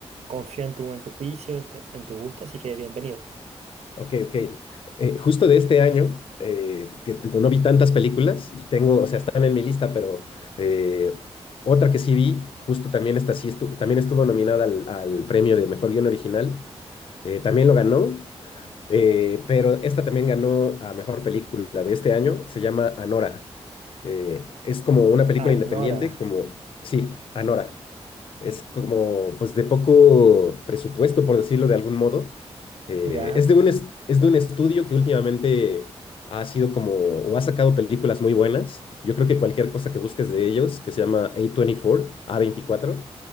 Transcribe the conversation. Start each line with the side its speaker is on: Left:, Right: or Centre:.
Right: confío en tu, en tu juicio, en, te- en tu gusto, así que bienvenido.
Left: ok, ok. Eh, justo de este año, eh, que que no vi tantas películas y tengo, o sea, están en mi lista, pero eh, otra que sí vi, justo también esta sí estu- también estuvo nominada al, al premio de Mejor Guión Original. eh, también lo ganó Eh, pero esta también ganó a mejor película de este año, se llama Anora. Eh, es como una película
Right: Anora,
Left: independiente, como, sí, Anora. Es como, pues, de poco presupuesto, por decirlo de algún modo. Eh,
Right: ¿ya?
Left: es de un, es, es de un estudio que últimamente ha sido como, o ha sacado películas muy buenas. Yo creo que cualquier cosa que busques de ellos, que se llama A24, a veinticuatro